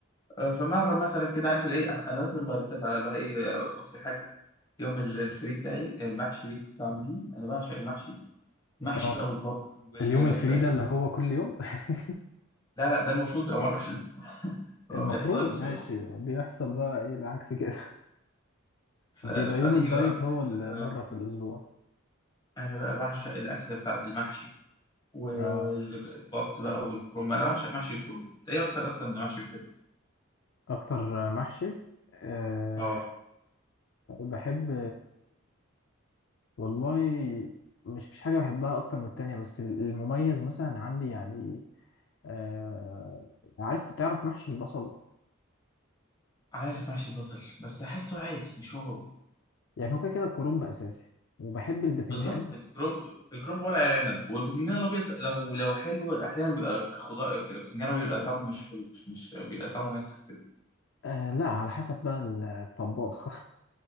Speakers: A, on the left; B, on the left.
A: آه، فمره مثلا كده عارف الايه انا مثلا برتبها اللي هو ايه بصي يا حاجه يوم ال- الفري بتاعي المحشي اللي انت بتعمليه انا بعشق المحشي المحشي
B: اه
A: بقى والبط والفراخ
B: اليوم الفريدة اللي هو كل يوم <laughs>
A: لا لا ده المفروض يبقى مره في الاسبوع ما
B: المفروض
A: بيحصلش
B: ماشي بيحصل بقى ايه العكس كده <laughs>
A: ف...
B: بيبقى
A: فايه
B: يوم الدايت
A: ببقى مستني
B: هو المرة
A: بقى
B: في الأسبوع
A: انا بقى بعشق الاكله بتاعت المحشي والبط
B: اه
A: بقى والكرنب انا بعشق محشي الكرنب انت ايه اكتر اصلا محشي بتحبه
B: أكتر محشي أه
A: اه
B: بحب والله مش فيش حاجة بحبها أكتر من التانية بس ال- المميز مثلا عندي يعني آه عارف تعرف محشي البصل
A: عارف محشي البصل بس احسه عادي مش واو
B: يعني هو كده كده الكرنب أساسي وبحب البتنجان
A: بالظبط الكرنب الكرنب ورق العنب والبتنجان الابيض لو لو حلو احيانا بيبقى كخضار ك- البتنجان بيبقى طعمه مش حلو مش مش بيبقى طعمه ماسخ كده
B: آه لا على حسب بقى الطباخ